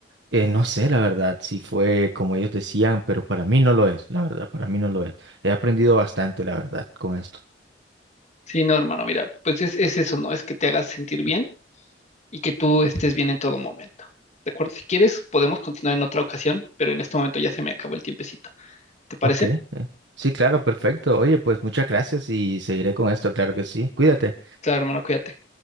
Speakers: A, on the right; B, on the left.
A: eh, no sé, la verdad, si fue como ellos decían, pero para mí no lo es, la verdad, para mí no lo es. He aprendido bastante, la verdad, con esto.
B: Sí, no, hermano, mira, pues es, es eso, ¿no? Es que te hagas sentir bien y que tú estés bien en todo momento. ¿De acuerdo? Si quieres, podemos continuar en otra ocasión, pero en este momento ya se me acabó el tiempecito. ¿Te parece?
A: Ok. eh. Sí, claro, perfecto. Oye, pues muchas gracias y seguiré con esto, claro que sí. Cuídate.
B: Claro, hermano, cuídate.